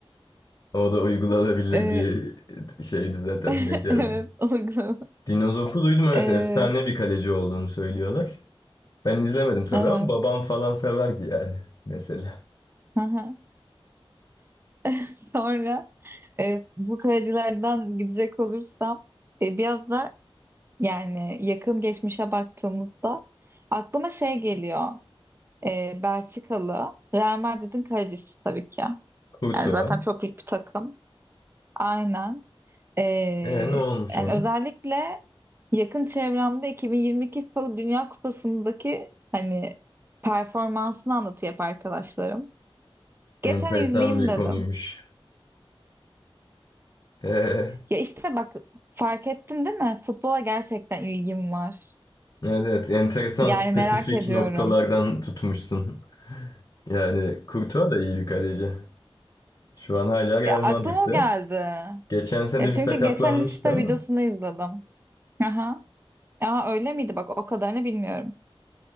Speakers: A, on the left; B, on the right.
A: O da uygulanabilir
B: Ee,
A: bir şeydi zaten
B: <laughs>
A: mecazdı.
B: evet. o da güzel.
A: Dinozof'u duydum evet
B: Ee,
A: efsane bir kaleci olduğunu söylüyorlar. Ben izlemedim tabii
B: evet.
A: ama babam falan severdi yani mesela.
B: Aha. <laughs> Sonra e, bu kayacılardan gidecek olursam e, biraz da yani yakın geçmişe baktığımızda aklıma şey geliyor. E, Belçikalı Real Madrid'in kalecisi tabii ki.
A: Kurtuğa.
B: Yani zaten çok büyük bir takım. Aynen. Ee,
A: E ne olmuş
B: yani
A: ona?
B: özellikle yakın çevremde 2022 FIFA Dünya Kupası'ndaki hani performansını anlatıyor hep arkadaşlarım. Geçen
A: Enteresan
B: izleyeyim
A: bir
B: dedim.
A: konuymuş. E,
B: Ya işte bak fark ettin değil mi? Futbola gerçekten ilgim var.
A: evet evet enteresan
B: Yani
A: spesifik
B: merak ediyorum.
A: noktalardan tutmuşsun. Yani Kurtuğa da iyi bir kaleci. Şu an hala Real
B: Ya aklıma
A: Madrid'de.
B: o geldi.
A: Geçen sene
B: Ya çünkü
A: bir sakatlanmıştı
B: geçen işte
A: ama.
B: videosunu izledim. Aha. Aa, öyle miydi? Bak o kadarını bilmiyorum.